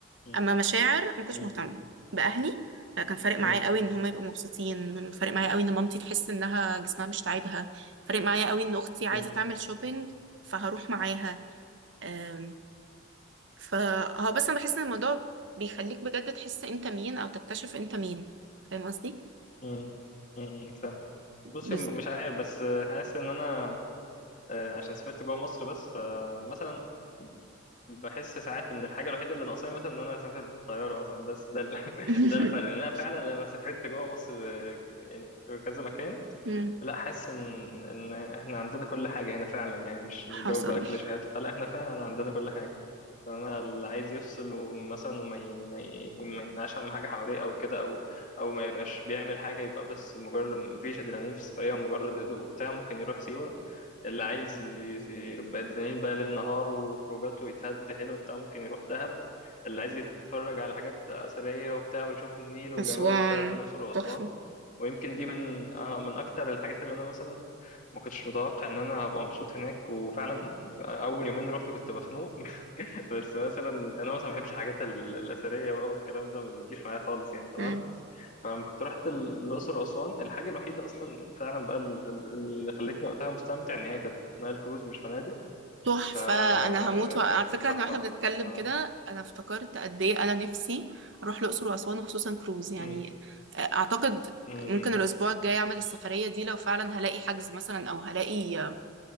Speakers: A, on the left; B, on the right.
A: أمم،
B: اما مشاعر ما كنتش
A: أمم،
B: مهتمه باهلي آه، كان فارق معايا
A: أمم،
B: قوي ان هم يبقوا مبسوطين من- فارق معايا قوي ان مامتي تحس انها جسمها مش تعبها فارق معايا قوي ان اختي عايزه
A: أمم،
B: تعمل شوبينج فهروح معاها آم، فهو بس انا بحس ان الموضوع بيخليك بجد تحس انت مين او تكتشف انت مين فاهم قصدي
A: أمم، أمم، فاهم بصي
B: بز...
A: مش عارف بس حاسس ان انا آه، عشان سافرت جوه مصر بس فمثلا بحس ساعات ان الحاجه الوحيده اللي ناقصاني مثلا ان انا اسافر بطياره مثلا بس ده ال- <laughs>
B: <laughs>
A: ده الفرق ان انا فعلا لما سافرت جوه مصر آه، يعني في كذا مكان
B: مم.
A: لا حاسس ان ان احنا عندنا كل حاجه هنا فعلا يعني مش
B: حصل
A: مش جو بقى كليشيهات وبتاع لا احنا فعلا عندنا كل حاجه فانا اللي عايز يفصل ومثلا وما ي... ما ي... ما ينعش اهم حاجه حواليه او كده او او ما يبقاش بيعمل حاجه يبقى بس مجرد مفيش ادرينالين في السفريه ومجرد هدوء وبتاع ممكن يروح سيوه اللي عايز ي- يبقى ادرينالين بقى ليل نهار وخروجات ويتهد حلو وبتاع ممكن يروح دهب اللي عايز يتفرج على حاجات اثريه وبتاع ويشوف النيل وجماله
B: اسوان
A: وبتاع يروح الاقصر واسوان
B: تحفه
A: ويمكن دي من آه، من اكتر الحاجات اللي انا مثلا ما كنتش متوقع ان انا هبقى مبسوط هناك وفعلا اول يومين رحت كنت مخنوق بس مثلا انا مثلا ما بحبش الحاجات ال- الاثريه بقى والكلام ده ما بتجيش معايا خالص يعني تمام
B: <laughs>
A: فلما كنت رحت ال- الاقصر واسوان الحاجه الوحيده اصلا فعلا بقى ال- ال- اللي خلتني وقتها مستمتع ان هي كانت نايل كروز مش فنادق
B: تحفة
A: فكانت
B: أنا هموت وع- على فكرة
A: تحفه
B: احنا واحنا
A: بقى
B: بنتكلم
A: اه
B: كده أنا افتكرت قد إيه أنا نفسي أروح الأقصر وأسوان وخصوصا كروز يعني
A: أمم،
B: آه، أعتقد
A: أمم،
B: ممكن
A: أمم،
B: الأسبوع الجاي أعمل السفرية دي لو فعلا هلاقي حجز مثلا أو هلاقي